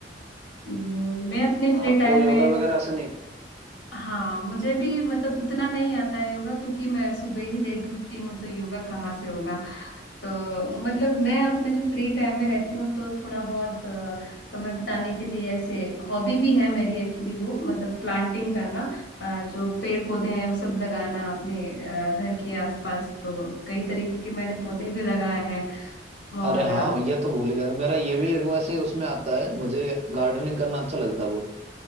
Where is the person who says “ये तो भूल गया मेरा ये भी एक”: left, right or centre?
Right